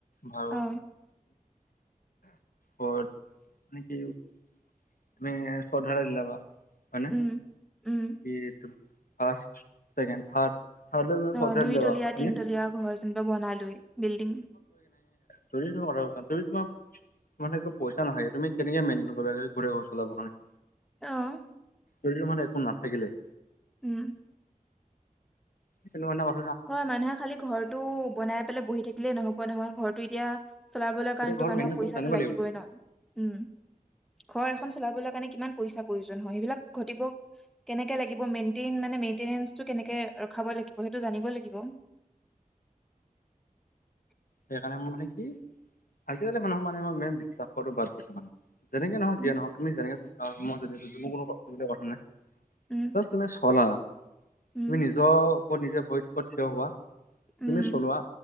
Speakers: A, on the left (about 75°); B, in the centre.
A: ভাল
B: অ
A: ঘৰত। তুমি চৰ্ট ঢালাই দিলা বাৰু। মানে
B: উম উম
A: এইটো। First, second, third. থাৰ্ডলৈ তুমি
B: অ
A: শ্ৰদ্ধা
B: দুই
A: দিলা
B: তলীয়া
A: বাৰু হয়নে
B: তিনতলীয়া ঘৰ যেনিবা বনালোৱেই বিল্ডিং।
A: তু সেইটোৱেই কথাটো। যদি তোমাৰ মানে একো পইচা নহাকে তুমি কেনেকে মেইনটেইন কৰিবা যে। গোটেই ঘৰ চলাবৰ কাৰণে।
B: আহ
A: ধৰি লোৱা মানে একো নাথাকিলে?
B: উম
A: সেইটো মানে কথাটো।
B: হয় মানুহে খালি ঘৰটো বনাই পেলাই বহি থাকিলেই নহব। নহয় ঘৰটো এতিয়া। চলাবলৈ
A: গোটেই
B: কাৰণটো
A: ঘৰ
B: মানুহৰ
A: মেইনটেইন
B: পইচাটো
A: কৰিব জানিব
B: লাগিবই
A: লাগিব
B: ন। উম হয়। এখন চলাব কাৰণে কিমান পইচাৰ প্ৰয়োজন হয় এইবিলাক ঘটিব কেনেকে লাগিব মেনটেইন মানে মেনটেইনেন্চ টো কেনেকে ৰখাব লাগিব সেইটো জানিব। ব লাগিব।
A: সেইকাৰণে মই মানে কি আজিকালি মানুহক মানে মই মেইন বিশ্বাস কৰাটো বাদ দিছো মানে। যেনেকে নহ‌ওক
B: উম
A: যিয়ে নহ‌ওক তুমি যেনেকে থাকা মই যদি মোৰ কোনো ক। কথা নাই।
B: উম
A: তুমি চলা
B: উম
A: তুমি নিজৰ। আকৌ নিজে ভৰি ওপৰত থিয় হোৱা।
B: উম
A: তুমি চলোৱা।